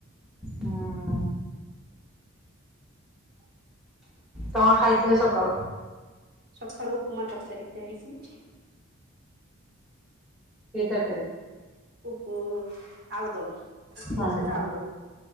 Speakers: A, in the centre; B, on the right.
A: ହଁ କଣ ଖାଇଥିଲେ ସକାଳୁ?
B: ସକାଳୁ ଉପମା ତରକାରି ଖାଇଛି।
A: କି ତରକାରୀ?
B: ଉଁ ଆଳୁଦମ୍,
A: ହଁ
B: ମା ସେଟା
A: ହଁ।
B: ଆଳୁଦମ୍